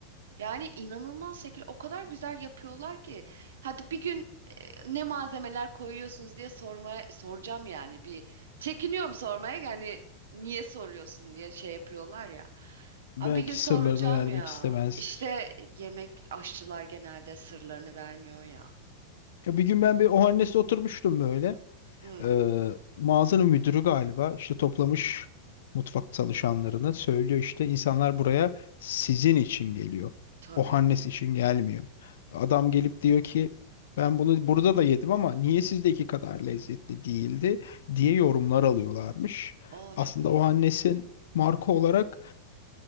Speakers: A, on the right; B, on the left.
A: yani inanılmaz şekilde o kadar güzel yapıyorlar ki hadi bir gün e, ne malzemeler koyuyorsunuz diye sormaya soracağım yani bir çekiniyorum sormaya yani niye soruyorsun diye şey yapıyorlar ya
B: Belki
A: ama bir gün soracağım
B: sırlarını vermek
A: ya.
B: istemezler.
A: İşte yemek aşçılar genelde sırlarını vermiyor ya.
B: Ya bir gün ben bir Ohannes'te oturmuştum böyle.
A: Hı,
B: Ee, mağazanın müdürü galiba işte toplamış mutfak çalışanlarını söylüyor işte insanlar buraya sizin için geliyor.
A: tabii.
B: O Hannes için gelmiyor. Adam gelip diyor ki ben bunu burada da yedim ama niye sizdeki kadar lezzetli değildi diye yorumlar alıyorlarmış.
A: Aa
B: Aslında
A: çok iyi.
B: o Hannes'in marka olarak